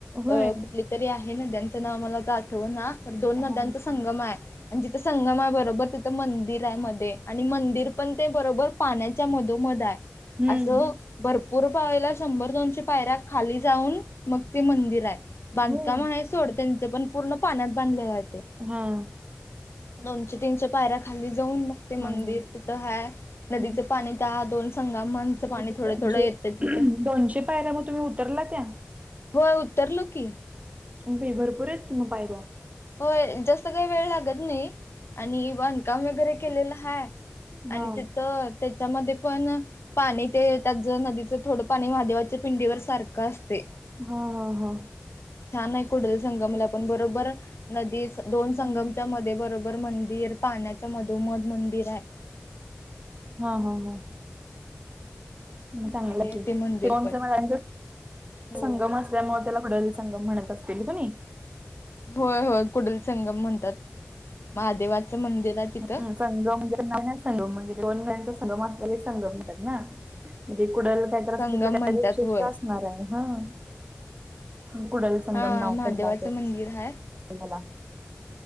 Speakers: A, on the left; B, on the right.
A: अ
B: होय
A: कुठली तरी आहे, नद्यांच नाव, मला आता आठवना, खर दोन
B: हा
A: नद्यांच सं गम हाय, अन जिथं संगम हाय, बरोबर तिथं मंदि त्यामध्ये आणि मंदिर पण, ते बरोबर, पाण्याच्या मधोमध हाय,
B: हम्म
A: अस भरपूर पाहायला, शंभर-दोनशे पायऱ्या खाली जाऊन, मग, ते मंदिर हाय. बांधकाम
B: होय
A: हाय, सोड त्यांचं पण, पूर्ण पाण्यात बांधलेलं हाय ते.
B: ह्म.
A: दोनशे-तीनशे पायऱ्या, खाली जाऊन, म ते
B: हा
A: मंदिर,
B: हा
A: तिथं हाय, नदीच
B: हम्म.
A: पाणी, त्या दोन संघा मांच पाणी
B: मग ते
A: थोडं-थोडं
B: दोनशे
A: येतं, तिथं.
B: दोनशे पायऱ्या, म तुम्ही उतरला, त्या?
A: व्हय, उतरलो की.
B: अगबाई, भरपूर येत की, म पायऱ्या.
A: होय, जास्त काय वेळ लागत नही, आणि बांधकाम वगैरे, केलेलं हाय. आणि
B: हा
A: तिथं, त्याच्यामध्ये पण पाणी ते, त्याज नदीचं, थोडं पाणी महादेवाच्या, पिंडीवर सारखं असतय.
B: हां हां हं.
A: छान ये कुडल संगमला., पण बरोबर, नदी दोन
B: हम्म.
A: संगमच्या मध्ये, बरो बर मंदिर, पाण्याच्या मधोमध, मंदिर हाय.
B: हां हां. म
A: भारी
B: चांगलं
A: आहे
B: कि,
A: ते मंदिर
B: <unintelligible>
A: पण हो.
B: संगम अस ल्यामुळ, त्याला कुडल संगम, म्हणत असतील क नई?
A: होय-होय कुडल संगम म्हणतात, महादेवाचं मंदिर हाय तिथं.
B: हं, संगम म्हणजे, <inaudible> <inaudible> <inaudible> दोन नद्यांचा संगम असला की, संगम म्हणतात ना? म्हणजे, कुडल काहीतर अस,
A: संगम
B: <unintelligible>
A: म्हणतात
B: काय विशिष्ट
A: होय
B: असणार ये, हं. कुडल संगम,
A: हा
B: नाव
A: महादेवाचं
B: पडल असल.
A: मंदिर हाय?
B: याला,